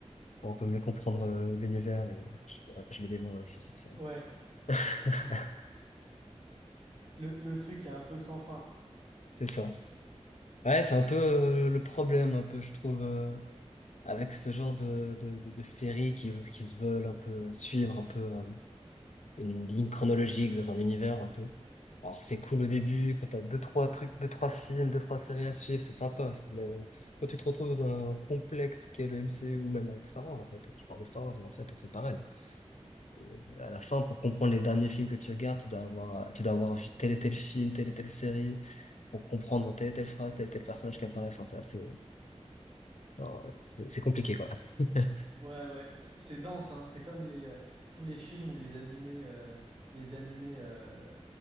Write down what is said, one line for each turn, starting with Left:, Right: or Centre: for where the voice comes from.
Left: pour un peu mieux comprendre euh, l'univers et je, ouais, je l'ai dévoré aussi cette série.
Right: Ouais,
Left: <laughs>
Right: Le, le truc est un peu sans fin.
Left: C'est ça. Ouais, c'est un peu euh, le problème un peu je trouve euh, avec ce genre de de, de, de séries qui qui se veulent un peu euh, suivre un peu euh, une ligne chronologique dans un univers un peu. Alors c'est cool au début, quand t'as deux, trois trucs, deux, trois films, deux, trois séries à suivre, c'est sympa. ça. Mais quand tu te retrouves dans un complexe qui est le MCU ou même avec Star Wars, en fait, je parle de Star Wars, mais en fait c'est pareil. Et à la fin, pour comprendre les derniers films que tu regardes, tu dois avoir, tu dois avoir vu tel et tel film, telle et telle série, pour comprendre telle et telle phrase, tel et tel personnage qui apparaît. Enfin, c'est assez, genre, ouais, c'est c'est compliqué, quoi. <laughs>
Right: Ouais, ouais, c'est c'est dense, hein. C'est comme les, euh, tous les films ou les animés, euh, les animés euh,